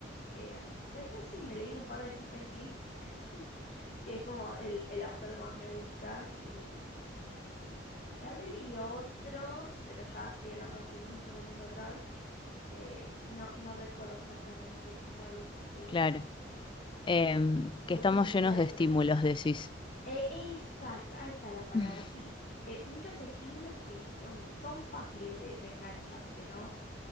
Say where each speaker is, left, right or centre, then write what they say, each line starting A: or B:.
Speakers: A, on the left (about 45°); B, on the left (about 25°).
A: Em, después sí me leí un par de Stephen King, <laughs> que es como el, el autor que más me gusta y, y habré leído otros, pero ya estoy hablando hace muchos años atrás eh, y no, no recuerdo exactamente cuáles eran.
B: Claro. Em,
A: Eh,
B: que
A: voy
B: estamos
A: como muy
B: llenos
A: atrasada.
B: de estímulos, decís.
A: Eh, exacto, ahí está la palabra,
B: <laughs>
A: sí. Eh, muchos estímulos que son, son fáciles de, de engancharse, ¿no?